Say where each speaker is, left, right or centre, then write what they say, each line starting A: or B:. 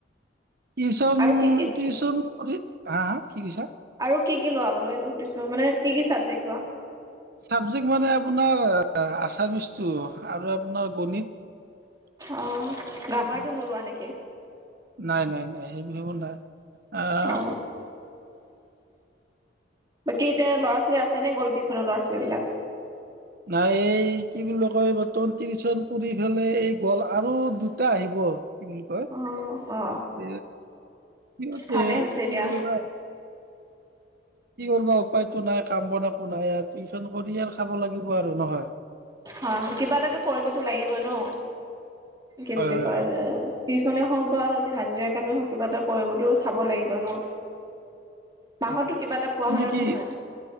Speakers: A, on the right; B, on the right.
A: টিউচন
B: আৰু কি কি
A: টিউচন কৰি হা হা কি কৈছা?
B: আৰু কি কি লোৱা বোল এইটো সুধিছো মানে কি কি চাবেক্ট লোৱা?
A: চাবজেক্ট মানে আপোনাৰ আছামিচটো আৰু আপোনাৰ গণিত
B: অ গ্ৰামাৰটো নোলোৱা নেকি
A: নাই নাই নাই সেই বিহ বোৰ নাই আহ
B: অ বাকী এতিয়া ল'ৰা ছোৱালী আছে নে গ'ল টিউচনৰ ল'ৰা ছোৱালীবলাক
A: নাই এই কি বুলি কয় বৰ্তমান টিউচন কৰি পেলাই এই গ'ল, আৰু দুটা আহিব, কি বুলি কয়,
B: অ অ অ
A: কি সি'হতে
B: ভালেই হৈছে
A: কি
B: দিয়া
A: বুলি ক'য় কি কৰ্বা উপায় টো নাই। কাম বন একো নাই, টিউচন কৰি এ খাব লা আৰু নহয়।
B: অ কিবা এটাতো কৰিবতো লাগিব ন। কি
A: হয়
B: বুলি
A: হয়
B: কয়
A: হয়
B: এ টিউচনে হওঁক কিবা হাজিৰা কামে হওক কিবা এটা কৰিবতো খাব লাগিব ন, মাহতো
A: উ
B: কিবা এটা পোৱা
A: তুমি
B: হয় নে
A: কি
B: নহয়?